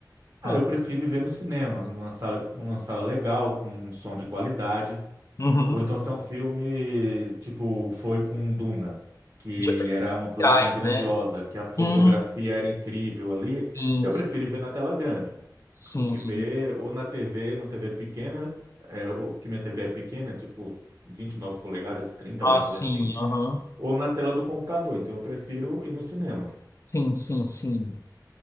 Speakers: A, on the right; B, on the left.
A: Ah,
B: aham.
A: eu prefiro ir ver no cinema, numa sala, numa sala legal, com um som de qualidade.
B: Uhum.
A: Ou então se é um filme, tipo, foi com Duna, que
B: De
A: era uma
B: prioridade,
A: produção grandiosa,
B: né?
A: que a fotografia
B: Hum,
A: era incrível ali,
B: sim,
A: eu prefiro ver na tela grande
B: sim.
A: do que ver ou na TV, numa TV pequena, é, ou que minha TV é pequena, tipo 29 polegadas, 30,
B: Ah,
A: alguma
B: sim,
A: coisa assim,
B: aham.
A: ou na tela do computador. Então eu prefiro ir no cinema.
B: Sim, sim, sim.